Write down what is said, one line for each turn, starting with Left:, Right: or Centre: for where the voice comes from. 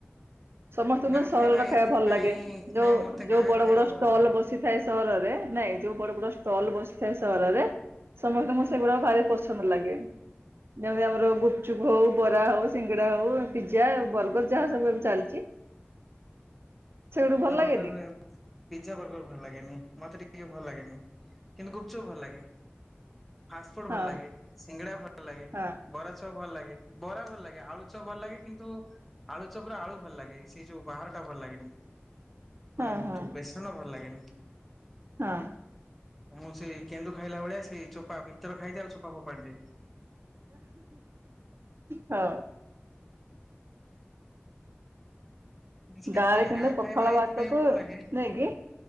Right: ସମସ୍ତଙ୍କୁ
Centre: ଗାଁ
Right: ସହରର ଖାଇବା
Centre: ଏଇଥିପାଇଁ
Right: ଭଲ ଲାଗେ, ଯୋଉ
Centre: ନାଇଁ ମତେ
Right: ଯୋଉ
Centre: ଗାଁ
Right: ବଡ
Centre: ଖାଇବା
Right: ବଡ ଷ୍ଟଲ
Centre: ଭଲ ଲାଗେ।
Right: ବସିଥାଏ ସହରରେ ନାଇଁ ଯୋଉ ବଡ ବଡ ଷ୍ଟଲ ବସିଥାଏ ସହରରେ ସମସ୍ତଙ୍କୁ ସେଗୁଡା ଭାରି ପସନ୍ଦ ଲାଗେ। ଯେମିତି ଆମର ଗୁପଚୁପ ହଉ ବରା ହଉ ସିଙ୍ଗଡା ହଉ ପିଜା ବର୍ଗର ଯାହା ସବୁ ଏବେ ଚାଲିଛି। ସେଗୁଡୁ
Centre: ପିଜା
Right: ଭଲ ଲାଗେନି
Centre: ବର୍ଗର ପିଜ୍ଜା ବର୍ଗର ଭଲ ଲାଗେନି, ମତେ ଟ ଭଲ ଲାଗେନି କିନ୍ତୁ ଗୁପଚୁପ ଭଲ ଲାଗେ। ଫାଷ୍ଟଫୁଡ
Right: ହଁ
Centre: ଭଲ ଲାଗେ ସିଙ୍ଗଡ଼ା ଭଲ ଲାଗେ
Right: ହଁ
Centre: ବରା ଚପ ଭଲ ଲାଗେ ବରା ଭଲ ଲାଗେ ଆଳୁ ଚପ ଭଲ ଲାଗେ କିନ୍ତୁ ଆଳୁ ଚପରେ ଆଳୁ ଭଲ ଲାଗେ ସେ ଯୋଉ ବାହାରଟା ଭଲ ଲାଗେନି ମାନ
Right: ହଁ ହଁ
Centre: ଯୋଉ ବେଶନ ଭଲ ଲାଗେନି।
Right: ହଁ।
Centre: ମୁଁ ସେ କେନ୍ଦୁ ଖାଇଲା ଭଳିଆ ସେଇ ଚୋପା ଭିତରେ ଖାଇଦିଏ ଆଉ ଚୋପା ଫୋପାଡ଼ିଦିଏ।
Right: ହଉ।
Centre: ସେଇଥିପାଇଁ
Right: ଗାଁରେ କିନ୍ତୁ
Centre: ଗାଁ
Right: ପଖାଳ
Centre: ଖାଇବା ଏଇଥିପାଇଁ
Right: ଭାତକୁ
Centre: ଭଲ ଲାଗେ
Right: ନାଇକି